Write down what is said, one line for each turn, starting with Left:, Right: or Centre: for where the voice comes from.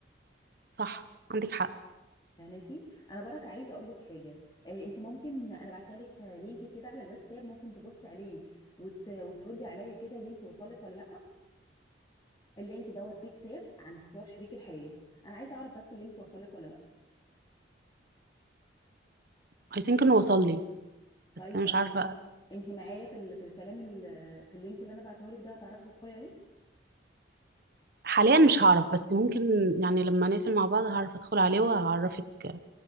Right: صح عندك حق
Left: فهماكي انا برك عايزه اقول لك حاجه آه انت ممكن انا بعتلك آه، لينك كده على الواتساب ممكن تبصي عليه وت... وتردي عليا كده اللينك وصلك ولا لا اللينك دوت فيه كتاب عن اختيار شريك الحياه انا عايزه اعرف بس اللينك وصلك ولا لا
Right: عايزين كنا وصل لي
Left: طيب
Right: بس انا
Left: تمام
Right: مش عارفه
Left: انت معايا في ال... في الكلام ال... في اللينك اللي انا بعته لك ده هتعرفي تدخلي عليه
Right: حاليا مش هعرف بس ممكن يعني لما نقفل مع بعض هعرف ادخل عليه وهعرفك